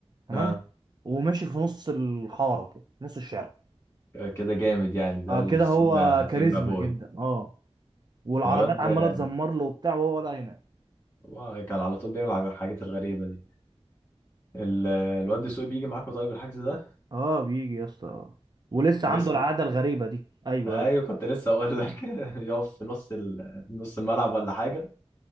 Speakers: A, on the right; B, on the left.
A: تمام
B: اه
A: وماشي في نص الحاره كده نص الشارع
B: كده جامد يعني ده
A: اه
B: السيجما
A: كده هو
B: سيجما
A: كاريزما
B: بوي
A: جدا اه والعربيات
B: الواد ده
A: عماله تزمر له وبتاع وهو ولا ينام
B: هو كان على طول بيعمل الحاجات الغريبة دي ال- الواد دسوقي بيجي معاكوا طيب الحجز ده
A: اه بيجي يا اسطى آه. ولسه
B: لسه
A: عنده العاده الغريبه دي ايوه
B: ايوه
A: ايوه
B: كنت لسه اقول لك <laughs> يقف في نص ال... نص الملعب ولا حاجه